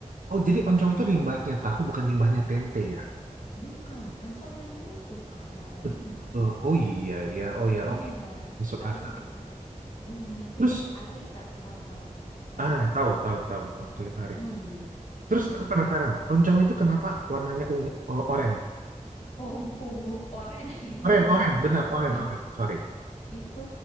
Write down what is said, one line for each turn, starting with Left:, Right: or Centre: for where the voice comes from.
Right: Oh jadi oncom itu limbahnya tahu bukan limbahnya tempe ya?
Left: Bukan, kan kalau tempe utuh Kak, nggak ada
Right: Betul.
Left: limbah.
Right: Oh iya, iya. Oh iya,
Left: Iya,
Right: oke. Masuk
Left: ada
Right: akal.
Left: sih kita limbahnya itu
Right: Terus,
Left: kulit ari Kak, kalau tahu tempe
Right: ah,
Left: tuh.
Right: tahu, tahu, tahu, tahu. Kulit tarik.
Left: Mm-mm.
Right: Terus
Left: Mm-mm.
Right: aku penasaran, oncom itu kenapa warnanya ungu, oh, oren?
Left: Ungu, ungu, oren, <laughs> iya
Right: Oren,
Left: oren.
Right: oren, benar,
Left: <laughs>
Right: oren, oren. Sorry.
Left: itu